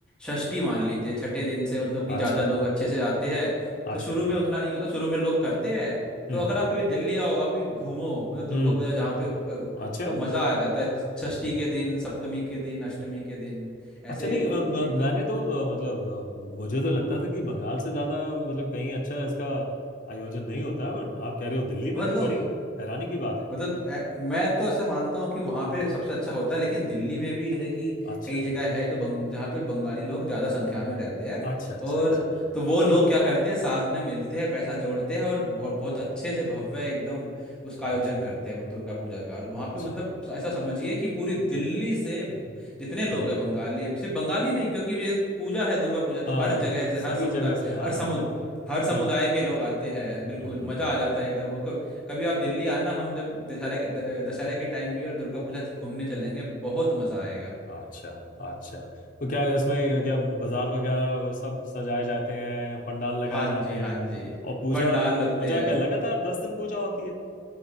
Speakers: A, in the centre; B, on the left.
A: षष्ठी मान लीजिए छठे दिन से मतलब कि ज़्यादा
B: अच्छा
A: लोग अच्छे से आते हैं
B: अच्छा
A: तो शुरू में उतना नहीं होता शुरू में लोग करते हैं
B: हम्म
A: तो अगर आप कभी दिल्ली आओ अभी घूमो मतलब दुर्गा
B: हम्म
A: पूजा जहाँ पे हो-
B: अच्छा
A: तो मज़ा आ जाता है षष्ठी के दिन सप्तमी के दिन अष्टमी के दिन ऐसे
B: अच्छा नहीं अ, म-
A: एकदम
B: मैंने तो अ, मतलब अ, मुझे तो लगता था कि बंगाल से ज्यादा मतलब कहीं अच्छा इसका आयोजन नहीं होता बट आप कह रहे हो दिल्ली
A: मतलब
B: में तो बड़ी हैरानी की बात है
A: मतलब अ, मैं तो ऐसा मानता हूँ कि वहाँ पे सबसे अच्छा होता है लेकिन दिल्ली में भी जैसे कि
B: अच्छा
A: कई जगह है जो बंग, जहाँ पे बंगाली लोग ज़्यादा संख्या में रहते हैं
B: अच्छा अच्छा
A: और
B: अच्छा
A: तो वो लोग क्या करते हैं साथ में मिलते हैं पैसा जोड़ते हैं और बहुत बहुत अच्छे से भव्य एकदम उसका आयोजन
B: अच्छा
A: करते हैं दुर्गा पूजा का और वहाँ
B: अच्छा
A: पे मतलब ऐसा समझिए कि पूरी दिल्ली से जितने लोग
B: हम्म
A: हैं बंगाली सिर्फ बंगाली नहीं क्योंकि ये पूजा है दुर्गा पूजा
B: हाँ
A: तो हर जगह से
B: सभी
A: हर समुदाय
B: जगह से हाँ
A: हर समुद
B: बिल्कुल
A: हर समुदाय
B: बिल्कुल
A: के लोग आते हैं बिल्कुल
B: हम्म
A: मजा आ जाता है एकदम कभी आप दिल्ली आना हम जब दशहरे के द- दशहरे के टाइम भी और दुर्गा पूजा घूमने चलेंगे बहुत मज़ा आएगा
B: अच्छा अच्छा तो क्या इसमें क्या बाजार वगैरह वो सब सजाए जाते हैं पंडाल लगाए
A: हाँ
B: जाते
A: जी
B: हैं
A: हाँ जी
B: और पूजा
A: पंडाल
B: पूजा
A: लगते हैं
B: क्या लगातार दस दिन पूजा होती है